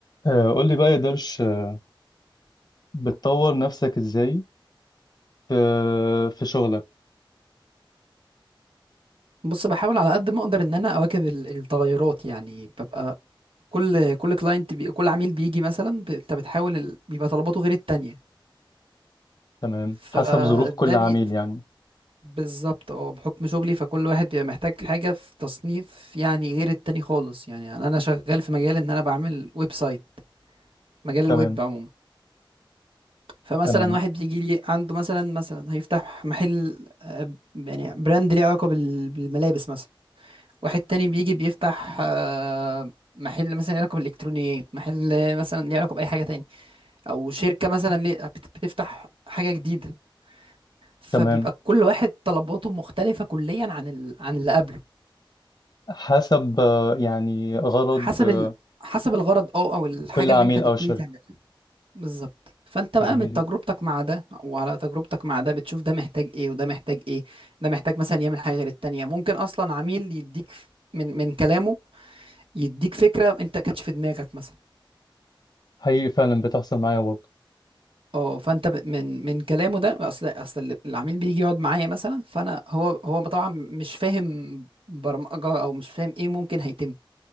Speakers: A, on the left; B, on the right.
A: آه، قول لي بقى يا درش آه، بتطور نفسك ازاي في في شغلك
B: بص بحاول على قد ما اقدر ان انا اواكب ال- التغيرات يعني ببقى كل كل كلاينت بي... كل عميل بيجي مثلا ب- انت بتحاول ال... بيبقى طلباته غير التانية
A: تمام
B: فده
A: حسب ظروف كل عميل
B: بي...
A: يعني
B: بالظبط اه بحكم شغلي فكل واحد بيبقى محتاج حاجة في تصنيف يعني غير التاني خالص يعني انا أنا شغال في مجال ان انا بعمل ويب سايت مجال الويب
A: تمام
B: عموما فمثلا
A: تمام
B: واحد بيجي لي عنده مثلا مثلا هيفتح محل آه، يعني براند ليه علاقة بال... بالملابس مثلا واحد تاني بيجي بيفتح آه، محل مثلا ليه علاقة بالإلكترونيات محل مثلا ليه علاقة بأي حاجة تاني أو شركة مثلا ليه بت- بتفتح حاجة جديدة فبيبقى
A: تمام
B: كل واحد طلباته مختلفة كليا عن ال... عن اللي قبله
A: حسب آه، يعني غرض
B: حسب
A: آه،
B: ال... حسب الغرض أو أو الحاجة
A: كل عميل
B: اللي أنت تبتدي
A: او شركة
B: تعملها بالظبط فأنت بقى
A: جميل
B: من تجربتك مع ده وعلى تجربتك مع ده بتشوف ده محتاج إيه وده محتاج إيه ده محتاج مثلا يعمل حاجة غير التانية ممكن أصلا عميل يديك من من كلامه يديك فكرة أنت كانتش في دماغك مثلا
A: حقيقي فعلا بتحصل معايا برضه
B: اه فانت ب- من من كلامه ده اصل اصل العميل بيجي يقعد معايا مثلا فانا هو هو طبعا مش فاهم برمجه او مش فاهم ايه ممكن هيتم